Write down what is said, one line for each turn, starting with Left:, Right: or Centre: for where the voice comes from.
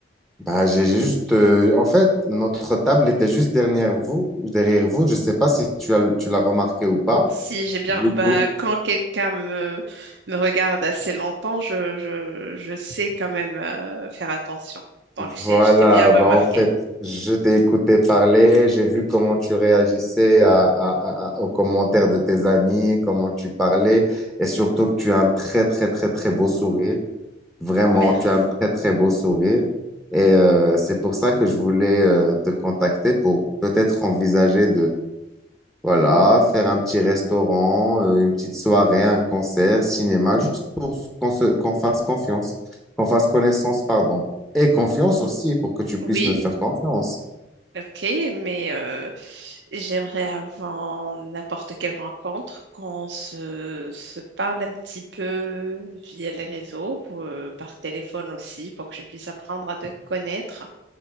Centre: bah, j'ai juste, euh, en fait, notre table était juste derrière vous, derrière vous. Je sais pas si tu as, tu l'as remarqué ou pas.
Right: Si j'ai bien,
Centre: Du
Right: bah,
Centre: coup,
Right: quand quelqu'un me, me regarde assez longtemps, je, je, je sais quand même euh, faire attention. Donc,
Centre: Voilà,
Right: j'ai, je t'ai bien remarqué.
Centre: bah en fait, je t'ai écouté parler, j'ai vu comment tu réagissais à, à- à- aux commentaires de tes amis, comment tu parlais, et surtout que tu as un très, très, très, très beau sourire. Vraiment,
Right: Merci.
Centre: tu as un très, très beau sourire. Et euh, c'est pour ça que je voulais euh, te contacter pour peut-être envisager voilà, faire un petit restaurant, euh, une petite soirée, un concert, cinéma, juste pour s- qu'on se, qu'on fasse confiance, qu'on fasse connaissance, pardon. Et confiance aussi, pour que tu
Right: Oui,
Centre: puisses me faire confiance.
Right: Ok, mais euh, j'aimerais avant n'importe quelle rencontre qu'on se, se parle un petit peu via les réseaux, euh, par téléphone aussi, pour que je puisse apprendre à te connaître